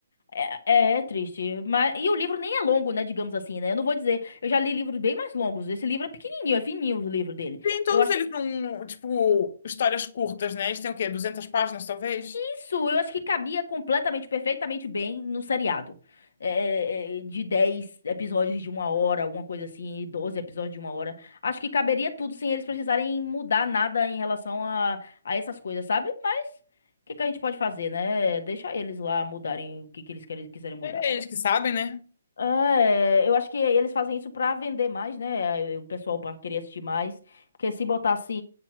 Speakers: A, on the left; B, on the left.
A: É, é é triste, mas e o livro nem é longo, né, digamos assim, né? Eu não vou dizer, eu já li livros bem mais longos. Esse livro é pequenininho, é fininho o livro dele.
B: Tem todos
A: Eu acho
B: eles
A: que
B: são, tipo, histórias curtas, né? Eles têm o quê? 200 páginas, talvez?
A: isso, eu acho que cabia completamente, perfeitamente bem no seriado. É, é, é, de 10 episódios de uma hora, alguma coisa assim, 12 episódios de uma hora. Acho que caberia tudo sem eles precisarem mudar nada em relação a, a essas coisas, sabe? Mas o que que a gente pode fazer, né? Deixa eles lá mudarem o que que eles querem- quiserem mudar.
B: É eles que sabem, né?
A: É, eu acho que eles fazem isso pra vender mais, né? O pessoal para querer assistir mais, porque se botasse